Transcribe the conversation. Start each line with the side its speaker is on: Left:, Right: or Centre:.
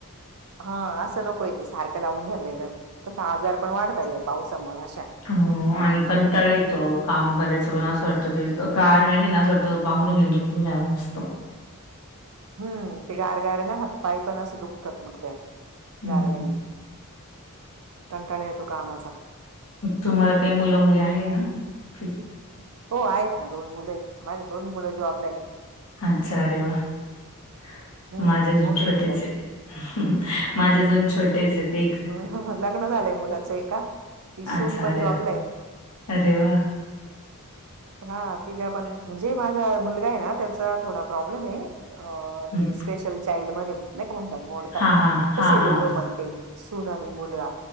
Right: हा असं नकोय ते' सारखं लावून धरलेल. तसा, आजार पण वाढताये, 'पावसामुळं अशा'
Left: ''हो आणि कंटाळे येतो काम करायचं, पण असं वाटतं ते गारव्यानी ना असं वाटतं पांगरून घेन झोपून रहावं! राव नुसतं
Right: ''.... हम्म, ते गारगार ना, हातपाई पण असं दुखतात मग त्या
Left: हम्म
Right: गारव्यानी, कंटाळा येतो कामाचा.
Left: तुम्हाला काही मुलं- मुली आहे ना? कि-
Right: हो आहेत ना, दोन मुलंयत, माझे दोनही मुलं जॉबला आहेत.
Left: ''अच्छा अरे वा! ''
Right: हम्म
Left: ''माझे अजून
Right: मोठे
Left: छोटेच
Right: मुलं
Left: आहेत, माझे अजून छोटेच आहेत एक''
Right: ''हं हं लग्न झालंय मुलाचं एका--'' ''ती
Left: अच्छा
Right: सुन पण
Left: अरे
Right: जॉबलाय.
Left: वा
Right: ''
Left: अरे वा.
Right: हा ठीक आहे पण, जे माझा मुलगा आहे ना त्याचा थोडा प्रॉब्लेम हायं. अ
Left: हं.
Right: ''ते स्पेशल चाईल्डमध्ये नाही का म्हणतात, मोडतात''
Left: हा हा हा
Right: तसे दोघं
Left: हा हा
Right: पण ते 'सून आणि मुलगा'